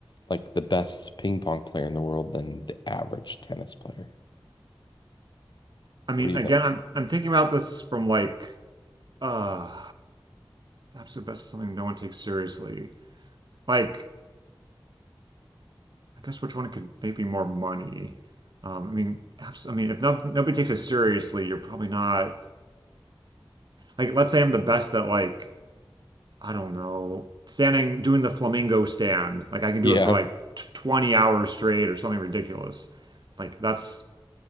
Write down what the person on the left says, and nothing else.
like the best ping pong player in the world than the average tennis player.
What do you
think?
Yeah,